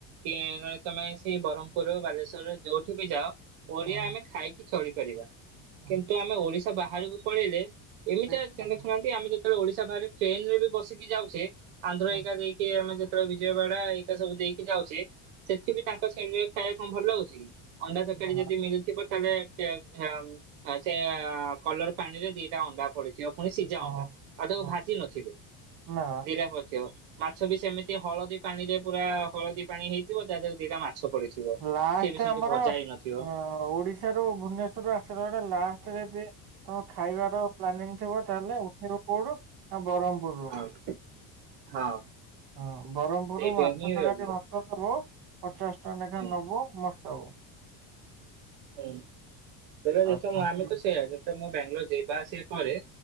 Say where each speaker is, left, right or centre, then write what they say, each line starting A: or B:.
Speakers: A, on the right; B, on the right.
A: କି ନହେଲେ ତମେ ସେଇ ବହ୍ମପୁର ବାଲେଶ୍ଵର ଯୋଉଠି ବି ଯାଅ। ଓଡିଆ
B: ହୁଁ।
A: ଆମେ ଖାଇକି ଚଳିପାରିବା।
B: ହୁଁ,
A: କିନ୍ତୁ ଆମେ ଓଡିଶା ବାହାରକୁ ପଳେଇଲେ ଏମିତଆ
B: ସେ- ହଁ
A: ଦେଖୁନାହାନ୍ତି ଆମେ ଯଦି ଓଡିଶା ବାହାରେ ଟ୍ରେନ ରେ ବି ବସିକି ଯାଉଛ ଆନ୍ଧ୍ର
B: ହଁ।
A: ଏକା ଦେଇକି ଆମେ ବିଜୟୱାଡା ଏଇାକା ସବୁ ଦେଇକି ଯାଉଛେ ସେଠିବି ତାଙ୍କ ସେଇ ଖାଇବା କଣ ଭଲ ଲାଗୁଛି। ଅଣ୍ଡା ତରକାରୀ
B: ନା
A: ଯଦି ମିଳୁଥିବ ତାହେଲେ ସେଇଆକୁ ଝାଡା ହବୁ। ସେ କଲର ପାଣିରେ ଦିଟା ଅଣ୍ଡା ପଡ଼ିଥିବ ପୁଣି ସିଝା
B: ହଁ,
A: ଅଣ୍ଡା ଆଉ ତାକୁ
B: ହଁ,
A: ଭାଜି ନଥିବେ
B: ନା
A: ଦିଟା ପଡ଼ିଥିବ। ମାଛ ବି ସେମିତି ହଳଦୀ ପାଣି ରେ ପୁରା ହଳଦୀ ପାଣି ହେଇଥିବ ତା ଦେହରେ ଦିଟା ମାଛ ପଡିଥିବ।
B: ଲାଷ୍ଟ
A: ସିଏ ବି ସେମିତି
B: ଆମର
A: ଭଜା ହେଇନଥିବ
B: ଅ ଓଡିଶା ରୁ ଭୁବନେଶ୍ୱର ରୁ ଆସିଲା ବେଳେ ଲାଷ୍ଟରେ ସିଏ। ତମେ ଖାଇବାର ପ୍ଲାନିଂ ଥିବ ତାହେଲେ ଉଠିରପୁଡି ଆଉ ବ୍ରହ୍ମପୁରରୁ।
A: ହଁ ହଁ।
B: ହଁ ବହ୍ମପୁରରୁୁ
A: ସେଇଟା
B: ମାଛ
A: ହିଁ
B: ତରକାରୀ
A: ରହିବ।
B: ଭାତ ଦବ ପଚାଶ ଟଙ୍କା ଲେଖାଏଁ
A: ହୁଁ
B: ନବ ମ ସବୁ।
A: ହୁଁ ହେଲେ
B: ଆଉ
A: ଯେତେ
B: ପ୍ଲାଷ୍ଟିକ-
A: ମୁଁଆମେତ ସେୟା ଯେତେ ମୁଁ ବାଙ୍ଗଲୋର ଯିବା ଆସିବା କରେ।